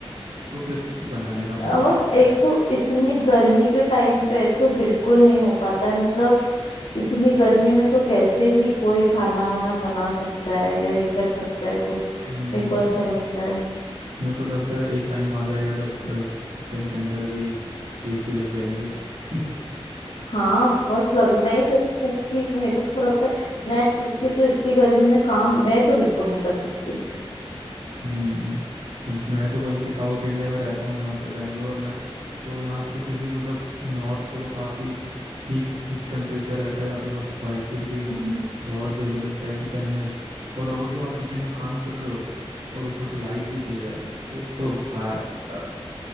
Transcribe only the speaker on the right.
तो फिर बनाने का मन नहीं
करता
है
हम्म
मेरे को लगता है एक टाइम आ जाएगा जब किचन के अंदर भी एसी लग जाएंगे <laughs>
हम्म अब मैं तो बल्कि साउथ इंडिया में रहता हूँ यहाँ पे बैंगलोर में तो यहाँ पे तो फिर भी मतलब नॉर्थ से तो काफ़ी ठीक ठीक टेम्परेचर रहता है यहाँ पे बट भाई फिर भी
बहुत गर्मी लगता है किचन में और अगर तो आप किचन में काम कर रहे हो और ऊपर से लाइट भी चले जाए फिर तो भाई साहब